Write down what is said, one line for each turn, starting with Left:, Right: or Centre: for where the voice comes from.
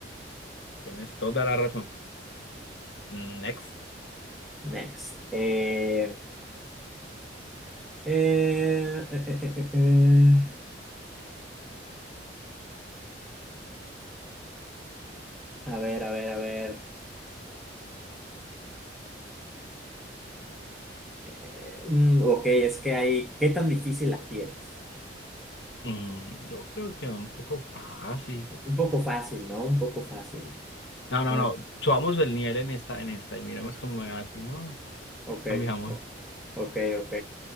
Left: tienes toda la razón. Next.
Centre: Next. Eh, eh, eh, eh, eh, eh. eh. A ver, a ver, a ver. Eh, mm, ok, es que hay... ¿Qué tan difícil la quieres?
Left: Mm, yo creo que un poco fácil.
Centre: Un poco fácil, ¿no? Un poco fácil.
Left: No, no,
Centre: Ok,
Left: no. Subamos el nivel en esta, en esta y miremos cómo es así, ¿no?
Centre: ok,
Left: Cambiamos.
Centre: ok. ok.